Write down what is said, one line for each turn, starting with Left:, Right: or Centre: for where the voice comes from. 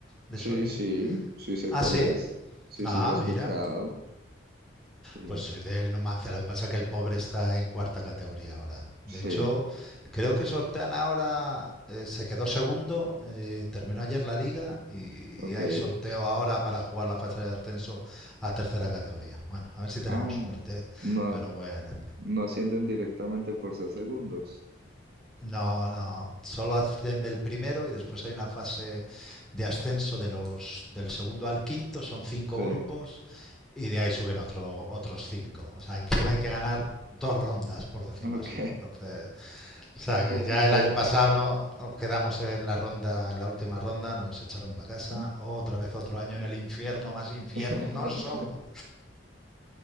Centre: de
Right: Sí,
Centre: Soria.
Right: sí, sí sé
Centre: Ah,
Right: cuál
Centre: sí.
Right: es. Sí,
Centre: Ah,
Right: sí, lo he escuchado.
Centre: mira.
Right: Sí,
Centre: Pues soy del Numancia, lo que pasa es que el pobre está en cuarta categoría ahora. De
Right: sí,
Centre: hecho, creo que sortean ahora, eh, se quedó segundo, eh, terminó ayer la liga y,
Right: ok.
Centre: y hay sorteo ahora para jugar la fase de ascenso a tercera categoría. Bueno, a ver si
Right: Ah,
Centre: tenemos suerte, ¿eh?
Right: no,
Centre: pero bueno.
Right: no ascienden directamente por ser segundos.
Centre: No, no, solo asciende el primero y después hay una fase de ascenso de los, del segundo al quinto, son cinco
Right: Sí,
Centre: grupos y de ahí suben otro, otros cinco. O sea, encima hay que ganar dos rondas, por decirlo
Right: ok.
Centre: así. Entonces, o sea,
Right: <laughs> Un
Centre: que
Right: poquito.
Centre: ya el año pasado no nos quedamos en la ronda, en la última ronda, nos echaron para casa.
Right: mm.
Centre: Otra vez otro año en el infierno más infiernoso.
Right: <laughs>